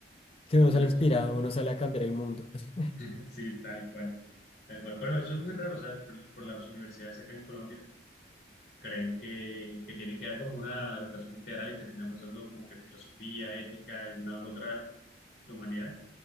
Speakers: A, on the left; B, on the left.
A: Sí,
B: Después
A: uno sale
B: de
A: inspirado,
B: sus clases.
A: uno sale a cambiar el mundo, <laughs>
B: <laughs> Sí, tal cual, tal cual. Pero eso es muy raro, ¿sabes? Por, por las universidades acá en Colombia creen que, que tiene que dar como una educación integral y terminamos dando como que filosofía, ética, alguna otra de humanidad.